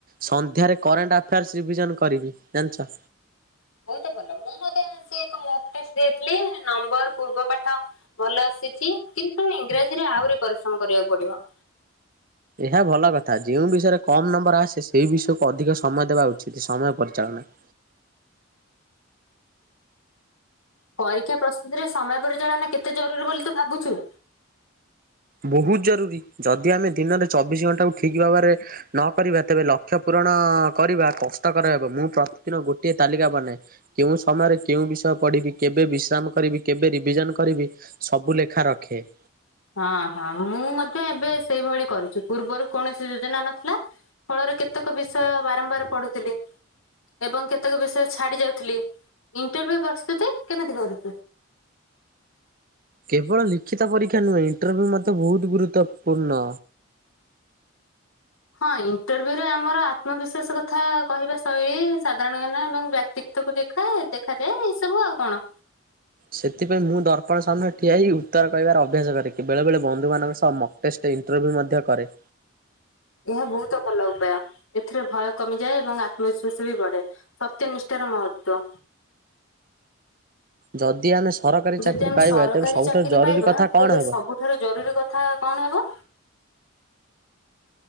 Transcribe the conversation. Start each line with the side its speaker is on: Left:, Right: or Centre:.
Right: ସନ୍ଧ୍ୟାରେ କରେଣ୍ଟ ଆଫେୟାର୍ସ ରିଭିଜନ କରିବି ଜାଣିଚ।
Left: ବହୁତ ଭଲ ମୁଁ ମଧ୍ୟ ସେଇ ଲଙ୍ଗ ଟେଷ୍ଟ ରେ ଦେଇଥିଲି ନମ୍ବର ପୂର୍ବପଠ ଭଲ ଆସିଚି କିନ୍ତୁ ଇଂରାଜୀରେ ଆହୁରି ପରିଶ୍ରମ କରିବାକୁ ପଡିବ।
Right: ଏହା ଭଲ କଥା ଯେଉଁ ବିଷୟରେ କମ୍ ନମ୍ବର ଆସେ ସେଇ ବିଷୟକୁ ଅଧିକ ସମୟ ଦେବା ଉଚିତ ସମୟ ପରିଚାଳନା।
Left: ପରୀକ୍ଷା ପ୍ରସ୍ତୁତିରେ ସମୟ ପରିଚାଳନା କେତେ ଜରୁରୀ ବୋଲି ତୁ ଭାବୁଚୁ?
Right: ବହୁତ ଜରୁରୀ ଯଦି ଆମେ ଦିନରେ ଚବିଶ ଘଣ୍ଟା କ ଠିକ ଭାବରେ ନ କରିବା ତେବେ ଲକ୍ଷ୍ୟ ପୂରଣ କରିବା କଷ୍ଟକର ହେବ ମୁଁ ପ୍ରତିଦିନ ଗୋଟିଏ ତାଲିକା ବନାଏ କେଉଁ ସମୟରେ କେଉଁ ବିଷୟ ପଢ଼ିବି କେବେ ବିଶ୍ରାମ କରିବି କେବେ ରିଭିଜନ କରିବି ସବୁ ଲେଖା ରଖେ।
Left: ହଁ ହଁ ମୁଁ ମଧ୍ୟ ଏବେ ସେଇଭଳି କରୁଛି ପୂର୍ବରୁ କୌଣସି ଯୋଜନା ନଥିଲା ଫଳରେ କେତେକ ବିଷୟ ବାରମ୍ବାର ପଢୁଥିଲି ଏବଂ କେତେକ ବିଷୟ ଛାଡି ଯାଉଥିଲି ଇଣ୍ଟରଭିୁ ପ୍ରସ୍ତୁତି କେମିତି କରୁଚୁ?
Right: କେବଳ ଲିଖିତ ପରୀକ୍ଷା ନୁହେଁ ଇଣ୍ଟରଭ୍ୟୁ ମୋତେ ବହୁତ ଗୁରୁତ୍ୱପୂର୍ଣ୍ଣ।
Left: ହଁ ଇଣ୍ଟରଭ୍ୟୁ ରେ ଆମର ଆତ୍ମବିଶ୍ଵାସ କଥା କହିବା ଶୈଳୀ ସାଧାରଣଜ୍ଞାନ ଏବଂ ବ୍ୟକ୍ତିତଵକୁ ଦେଖ ଦେଖେ ଦେଖାଯାଏ ଏଇ ସବୁ ଆଉ କଣ।
Right: ସେଥିପାଇଁ ମୁଁ ଦର୍ପଣ ସାମ୍ନାରେ ଠିଆ ହେଇ ଉତ୍ତର କହିବାର ଅଭ୍ୟାସ କରେ କି ବେଳେବେଳେ ବନ୍ଧୁ ମାନଙ୍କ ସହ ଟେଷ୍ଟ ଇଣ୍ଟରଭ୍ୟୁ ମଧ୍ୟ କରେ।
Left: ଏହା ବହୁତ ଭଲ ଉପାୟ ଏଥିରେ ଭୟ କମିଯାଏ ଏବଂ ଆତ୍ମବିଶ୍ୱଵାସ ବି ବଢେ। ସତ୍ୟ ନିଷ୍ଠାର ମହତ୍ୟ।
Right: ଯଦି ଆମେ ସରକାରୀ ଚାକିରି
Left: ଯଦି ଆମେ
Right: ପାଇବା
Left: ସରକାରୀ
Right: ତେବେ ସବୁଠାରୁ
Left: ଚାକିରି
Right: ଜରୁରୀ
Left: ପାଇବା
Right: କଥା କଣ
Left: ତେବେ
Right: ହେବ?
Left: ସବୁଠାରୁ ଜରୁରୀ କଥା କଣ ହେବ?